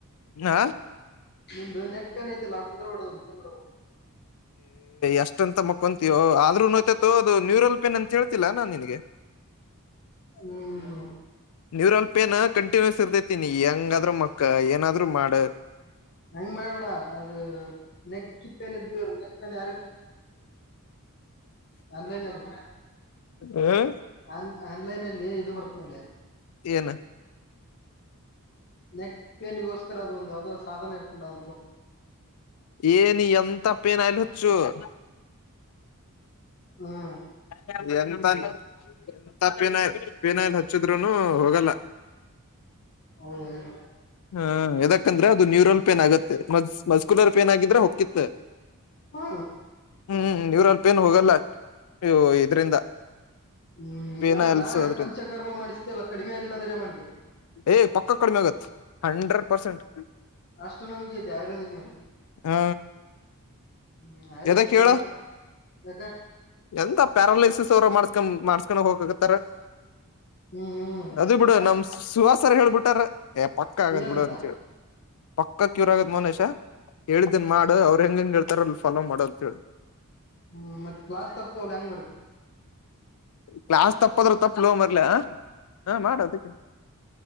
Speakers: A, on the left (about 70°); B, on the left (about 50°).
A: ಹಾ
B: ನಿಮು ನೆಕ್ ನೈಐಲ್ಲ ಕುುದ್ರಬಡೋದು ಮ
A: ಎಷ್ಟಂತ ಮಕ್ಕ ಮಂಕೂತೀಯೊ ಆದ್ನು ತೋ ಅದು ನೂರಲ್ಪೇನ್ ಅಂತ ಹೇಳ್ತಿಲ್ಲ ನಾನ್ ನಿನಗೆ
B: ಹ್ಮ್
A: ನೀವ್ರ ಅಲ್ಪ ಏನ ಕಂಟಿನ್ಯೂಸ್ ಇರ್ದೇತನಿ ಹೆಂಗಾದ್ರು ಮಕ್ಕ ಏನಾದ್ರು ಮಾಡ
B: ಹೆಂಗ ಮಾವಡಾ ಅದು. ನೆಕ್ಪೇನ್ ಇದ್ದ ನೆಕ್ ಪೇನ್ ಯಾರ ಆನ್ಲೈನ್ಲ್ಲಿ
A: ಹ್ಮ್
B: ಆ ಆನ್ಲೈನ್ಲ್ಲಿ ಇದು ಬರ್ತ ಮಳೆ.
A: ಏನು
B: ನೆಕ್ ಪೇನ್ಿಗೋಸ್ರ ಅದ ಒಂದ್ ಯಾವ್ದೋ ಸಾಧನ ಇರ್ತದೆ. ಉರಾಗ
A: ಏನ ಎಂತ ಪೇನ್ ಆಯಲ್ ಹತ್ತದ
B: ಹ್ಮ್
A: ಅದ ಎಂತ ಎಂತ ಪಿನ್ಯ ಪೀಿನಲ್ ಹಚ್ಚಿದ್ರುನು ಹೋಗಲ್ಲ.
B: ಹ
A: ಹಾ ಯದಾಕಂದ್ರೆ ಅದು ನ್ಯೂರಲ್ ಪೇನ್ ಆಗತ್ತೆ ಮಸ್ಕ್ಯುಲರ್ ಪೇನ್ ಆಗಿದ್ರೆ ಹೋಗಕ್ಕಿತ್ತ
B: ಹಾ
A: ಹ್ಮ್ ನೀವರ ಅಲ್ಪ ಏನು ಹೋಗಲ್ಲ ನೀ ಇದ್ರಿಂದ
B: ಹ್ಮ್
A: ಪೇನ
B: ಅಲ್ಲಾ
A: ಎಲ್ಸೋದ್ರಿಂದ
B: ನಾಳೆ ಪಂಚಕರ್ಮ ಮಾಡಿಸ್ದೆ ಅಲ್ಲ ಕಡಿಮೆ ಆರ್ಲಿಲ್ಲ ಅಂದ್ರೆ ಮಾಡಿದೆ.
A: ಏಗ್ ಪಕ್ಕ ಕಡಿಮೆ ಆಗತ್ ಹಂಡ್ರೆಡ್ ಪರ್ಸೆಂಟ್.
B: ಆಸ್ಟ್ರೋನಮಿ ಐತಿ ಆಯುರ್ವೇದಿಕ್ ಮೇಲೆ.
A: ಹ
B: ಹ್ಮ್ ಆಯುರ್ವೇದಿಕ್
A: ಎದಕ್ ಹೇಳ
B: ಹದ ಯಗ
A: ಎಂತ ಪ್ಯಾರಾಲೈಸಿಸ್ ಅವರು ಮಾಡ್ಸ್ಕೊಂಡ್ ಮಾಡಸ್ಕೊಂಡ ಹೋಗತಾರ
B: ಹ್ಮ್
A: ಅದ
B: ಹ್ಮ್
A: ಬಿಡು ನಮ್ ಸುವಾಸರ ಹೇಳಳ್ಬಿಟಾರ ಪಕ್ಕ ಆಗದ್
B: ಏನಂತ
A: ಬಿಡು ಅಂತ ಹೇಳೇಳಿ ಪಕ್ಕ ಕ್ಯೂರ್ ಆಗತ್ ಮನೇಶ ಹೇಳಿದ್ದನ್ ಮಾಡು ಅವ್ರರು ಹೆಂಗ ಹೆಂಗಗೆೇಳ್ತಾರ ಅಲ್ಲಿ ಫಾಲೋ ಮಾಡ ಅಂತ ಹೇಳಿ.
B: ಹ್ಮ್ ಮತ್ ಕ್ಲಾಸ್ ತಪ್ಪತವಲ್ಲ ಹೆಂಗ ಮಾಡತಿ.
A: ಕ್ಲಾಸ್ ತಪ್ಪದ್ರರು ತಪ್ಪಲೋ ಮರ್ಲ ಹಾ ಮಾಡದಕ್ಕೆ